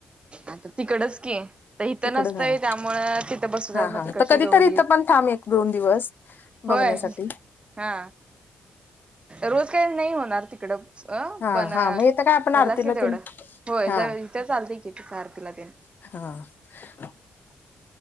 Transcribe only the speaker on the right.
आता तिकडच की, आता इथं
नसतंय
त्यामुळ तिथं बसवतात
मग
तिकडची
गौरी
होय
हा रोज काही नाही होणार तिकडं अ
पण ह्यालाच
की तेवढं.
होय
जवया इथं चालतेय कि तिथं आरतीला तेन